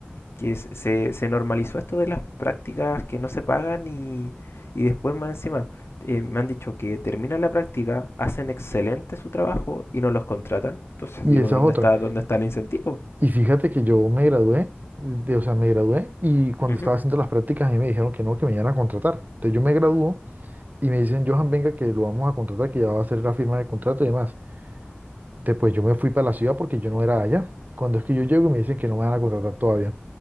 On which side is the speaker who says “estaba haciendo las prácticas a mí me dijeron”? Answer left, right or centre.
Right